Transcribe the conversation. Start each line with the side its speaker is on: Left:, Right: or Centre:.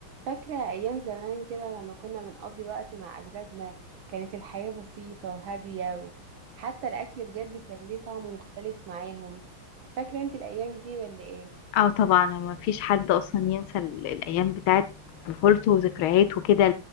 Right: فاكرة أيام زمان كده لما كنا بنقضي وقت مع أجدادنا كانت الحياة بسيطة وهادية وحتى الأكل بجد كان ليه طعم مختلف معاهم فاكرة أنت الأيام دي ولا إيه؟
Left: اه طبعا ما فيش حد اصلا ينسى ال- الايام بتاعت طفولته وذكرياته وكده